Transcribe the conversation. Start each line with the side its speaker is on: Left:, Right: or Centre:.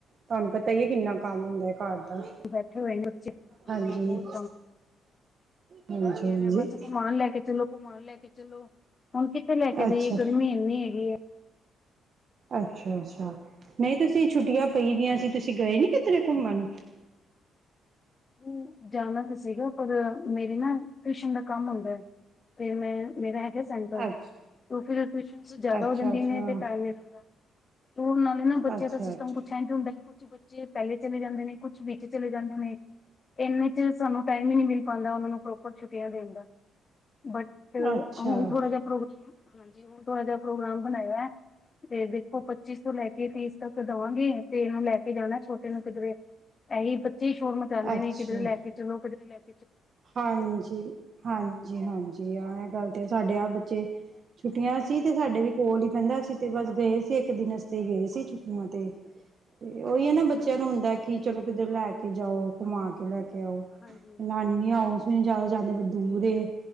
Right: ਤੋਆਨ ਪ ਤਈਏ ਕਿੰਨਾ ਕਾਮ ਹੁੰਦਾ ਏ ਘਾਰ ਦਾ,
Left: ਬੈਠੇ ਹੋਏ ਨੇ ਬੱਚੇ
Right: ਹਾਂਜੀ।
Left: ਹਾਂ ਬਹੁਤ
Right: ਹਾਂਜੀ।
Left: ਕੈਰੇ
Right: ਹਾਂਜੀ
Left: ਬਸ ਕੁਮਾਨ ਲੈ ਕੇ ਚਲੋ, ਕੁਮਾਨ ਲੈ ਕੇ ਚਲੋ, ਹੁਨ ਕਿੱਥੇ ਲੈ ਕੇ
Right: ਅੱਛਾ,
Left: ਜਾਈਏ ਗਰਮੀ ਏਨੀ ਹੈਗੀ ਏ।
Right: ਅੱਛਾ, ਅੱਛਾ ਨਈ ਤੁਸੀ ਛੁੱਟੀਆਂ ਪਈ ਦੀਆਂ ਸੀ ਤੁਸੀ ਗਏ ਨੀ ਕਿਧਰੇ ਘੁੰਮਨ।
Left: ਹੂੰ, ਜਾਣਾ ਤਾਂ ਸੀਗਾ ਪਰ ਮੇਰੀ ਨਾ ਟਯੂਸ਼ਨ ਦਾ ਕਾੰਮ ਹੁੰਦਾ। ਫੇਰ ਮੈਂ ਮੇਰਾ ਹੈਗਾ ਸੈਂਟਰ, ਤੁ
Right: ਅੱਛ
Left: ਫੇਰ ਟਯੂਸ਼ਨਸ ਜੈਦਾ
Right: ਅੱਛਾ-ਅੱਛਾ,
Left: ਹੋ ਜਾਂਦੀਆ ਨੇ ਤੇ ਟਾਈਮ ਨੀ ਲੱਗਦਾ। ਓ ਓਨਾ ਨੇ ਨਾ ਬੱਚੇਆਂ
Right: ਅੱਛਾ-ਅੱਛਾ,
Left: ਦਾ ਸਿਸਟਮ
Right: ਅੱਛਾ।
Left: ਕੁਛ ਏਝਂ ਹੁੰਦਾ ਕੁਛ ਬੱਚੇ ਪੈਲੇ ਚਲੇ ਜਾਂਦੇ ਨੇ, ਕੁਛ ਵਿੱਚ ਚਲੇ ਜਾਂਦੇ ਨੇ ਏਨੇ ਚ ਸਾਨੂੰ ਟਾਈਮ ਈ ਨੀ ਮਿਲ ਪਾਂਦਾ ਓਨਾਂ ਨੂੰ ਪ੍ਰੋਪਰ ਛੁੱਟੀਆਂ ਦੇਨ ਦਾ ਬਟ ਹੁਨ
Right: ਅੱਛਾ,
Left: ਥੋੜਾ ਜਾ ਪ੍ਰੋਗ, ਹਾਂਜੀ ਹੁਨ ਥੋੜਾ ਜਾ ਪ੍ਰੋਗਰਾਮ ਬਨਾਯਾ ਤੇ ਵੇਖੋ ਪੱਚੀਸ ਤੋ ਲੈ ਕੇ ਤੀਸ ਤੱਕ ਦਵਾਂਗੇ, ਤੇ ਹੁਨ ਲੈ ਕੇ ਜਾਨਾ ਛੋਟੇ ਨੂੰ ਕਿਧਰੇ ਏਹੀ ਬੱਚੇ ਈ ਸ਼ੋਰ ਮਚਾਂਦੇ
Right: ਅੱਛਾ ਅੱਛਾ
Left: ਨੇ ਕਿਧਰੇ ਲੈ ਕੇ ਚਲੋ, ਕਿਧਰੇ ਲੈ ਕੇ
Right: ਹਾਂਜੀ, ਹਾਂਜੀ, ਹਾਂਜੀ, ਹਾਂ ਐ ਗਾਲ ਤੇ ਐ ਸਾਡੇ ਆਪ ਬੱਚੇ ਛੁੱਟੀਆਂ ਸੀ ਤੇ ਸਾਡੇ ਵੀ ਕੋਲ ਈ ਪੈਂਦਾ ਸੀ ਤੇ ਬਾਸ ਗਏ ਸੀ ਏਕ ਦੇਨ ਆਸਤੇ ਗਏ ਸੀ ਛੁੱਟੀਆਂ ਤੇ
Left: <unintelligible>
Right: ਓਈ ਐ ਨਾ ਬੱਚੇਆਂ
Left: ਅੱਛਾ
Right: ਨੂੰ
Left: ਅੱਛਾ
Right: ਹੁੰਦਾ
Left: ਹਾਂਜੀ
Right: ਕਿ ਚਲੋ ਕਿਧਰੇ ਲੈ ਕੇ ਜਾਓ, ਘੁਮਾ ਕੇ ਲੈ ਕੇ ਆਓ
Left: ਹਾਂਜੀ
Right: ਨਾਨੀ <inaudible> ਜੈਦਾ
Left: ਹਾਂਜੀ
Right: ਜਾਂਦੇ ਦੂਰ ਏ,